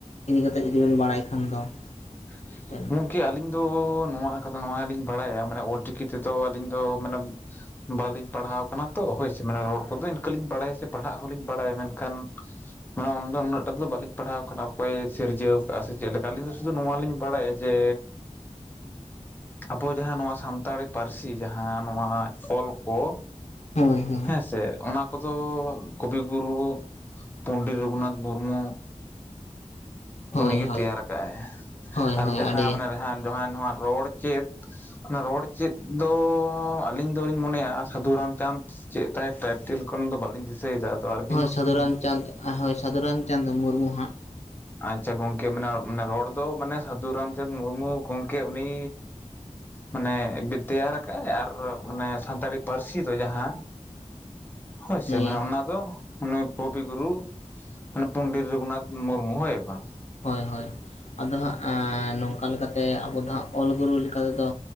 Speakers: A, on the left (about 65°); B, on the left (about 15°).
A: ᱤᱫᱤ ᱠᱟᱛᱮᱜ ᱡᱩᱫᱤ ᱵᱮᱱ ᱵᱟᱲᱟᱭ ᱠᱷᱟᱱ ᱫᱚ
B: <unintelligible>
A: ᱵᱮᱱ
B: <unintelligible> ᱟᱹᱞᱤᱧ ᱫᱚ ᱱᱚᱣᱟ <unintelligible> ᱱᱚᱣᱟ ᱜᱮ ᱞᱤᱧ ᱵᱟᱲᱟᱭᱟ ᱢᱟᱱᱮ ᱚᱞᱪᱤᱠᱤ ᱛᱮᱫᱚ ᱟᱹᱞᱤᱧ ᱫᱚ ᱢᱟᱱᱮ ᱵᱟᱹᱞᱤᱧ ᱯᱟᱲᱦᱟᱣ ᱠᱟᱱᱟ ᱛᱚ ᱦᱳᱭ ᱥᱮ ᱢᱟᱱᱮ ᱨᱚᱲ ᱠᱚᱫᱚ ᱤᱱᱠᱟᱹ ᱞᱤᱧ ᱵᱟᱲᱟᱭᱟ ᱥᱮ ᱯᱟᱲᱦᱟᱜ ᱦᱚᱸᱞᱤᱧ ᱵᱟᱲᱟᱭᱟ ᱢᱮᱱ ᱠᱷᱟᱱ ᱢᱟᱱᱮ ᱩᱱ ᱫᱚ ᱩᱱᱟᱹᱜ ᱴᱟᱜ ᱫᱚ ᱵᱟᱹᱞᱤᱧ ᱯᱟᱲᱦᱟᱣ ᱠᱟᱱᱟ ᱚᱠᱚᱭ <unintelligible> ᱮ ᱥᱤᱨᱡᱟᱹᱣ ᱟᱠᱟᱜ-ᱟ ᱥᱮ ᱪᱮᱫ ᱞᱮᱠᱟ ᱟᱹᱞᱤᱧ ᱫᱚ <unintelligible> ᱱᱚᱣᱟ ᱞᱤᱧ ᱵᱟᱲᱟᱭᱟ ᱡᱮ ᱟᱵᱚ ᱡᱟᱦᱟᱸ ᱱᱚᱣᱟ ᱥᱟᱱᱛᱟᱲᱤ ᱯᱟᱹᱨᱥᱤ ᱡᱟᱦᱟᱸ ᱱᱚᱣᱟ ᱚᱞ ᱠᱚ
A: ᱦᱳᱭ ᱦᱳᱭ
B: ᱦᱮᱸ ᱥᱮ ᱚᱱᱟ ᱠᱚᱫᱚ ᱠᱚᱵᱤ ᱜᱩᱨᱩ ᱯᱚᱸᱱᱰᱤᱛ ᱨᱚᱸᱜᱷᱩᱱᱟᱛᱷ ᱢᱩᱨᱢᱩ
A: ᱦᱳᱭ
B: ᱩᱱᱤ ᱜᱮ
A: ᱦᱳᱭ
B: ᱛᱮᱭᱟᱨ ᱟᱠᱟᱜᱼᱟᱭ
A: ᱦᱳᱭ
B: ᱟᱨ
A: ᱦᱳᱭ
B: ᱡᱟᱦᱟᱸ
A: ᱟᱹᱰᱤ
B: ᱢᱟᱱᱮ <unintelligible> ᱡᱟᱦᱟᱸ ᱱᱚᱣᱟ ᱨᱚᱲ ᱪᱮᱫ ᱦᱮᱸ, ᱨᱚᱲ ᱪᱮᱫ ᱫᱚᱻ ᱟᱹᱞᱤᱧ ᱫᱚ ᱞᱤᱧ ᱢᱚᱱᱮᱭᱟ ᱥᱟᱹᱫᱷᱩ ᱨᱟᱢᱪᱟᱸᱫᱽ ᱪᱮᱫ ᱛᱟᱭ ᱴᱟᱭᱴᱮᱹᱞ ᱠᱚ ᱚᱱᱟ ᱫᱚ ᱵᱟᱞᱤᱧ ᱫᱤᱥᱟᱹᱭ ᱫᱤᱥᱟᱹᱭ ᱫᱟ ᱟᱫᱚ ᱟᱨ
A: ᱦᱳᱭ ᱥᱟᱹᱫᱷᱩ ᱨᱟᱢᱪᱟᱸᱫᱽ, ᱦᱳᱭ ᱥᱟᱹᱫᱷᱩ ᱨᱟᱢᱪᱟᱸᱫᱽ ᱢᱩᱨᱢᱩ ᱦᱟᱸᱜ᱾
B: ᱟᱪᱪᱷᱟ ᱜᱚᱝᱠᱮ ᱢᱟᱱᱮ, ᱢᱟᱱᱮ ᱨᱚᱲ ᱫᱚ ᱢᱟᱱᱮ ᱥᱟᱹᱫᱷᱩ ᱨᱟᱢᱪᱟᱸᱫᱽ ᱢᱩᱨᱢᱩ ᱜᱚᱝᱠᱮ ᱩᱱᱤᱻ ᱢᱟᱱᱮ ᱢᱤᱫ ᱛᱮᱭᱟᱨ ᱠᱟᱜ-ᱟᱭ ᱟᱨ ᱢᱟᱱᱮ ᱥᱟᱱᱛᱟᱲᱤ ᱯᱟᱹᱨᱥᱤ ᱫᱚ ᱡᱟᱦᱟᱸ ᱦᱳᱭ ᱥᱮ
A: ᱱᱩᱭ
B: ᱢᱟᱱᱮ ᱚᱱᱟ ᱫᱚ ᱢᱟᱱᱮ ᱠᱚᱵᱤ ᱜᱩᱨᱩ, ᱢᱟᱱᱮ ᱯᱚᱱᱰᱤᱛ ᱨᱚᱜᱷᱩᱱᱟᱛᱷ ᱢᱩᱨᱢᱩ ᱦᱳᱭ ᱵᱟᱝ?
A: ᱦᱳᱭ ᱦᱳᱭ ᱟᱫᱚ ᱦᱟᱸᱜ ᱟᱸᱻ ᱱᱚᱝᱠᱟ ᱞᱮᱠᱟᱛᱮ ᱟᱵᱚ ᱫᱚ ᱦᱟᱸᱜ ᱚᱞ ᱜᱩᱨᱩ ᱞᱮᱠᱟ ᱛᱮᱫᱚ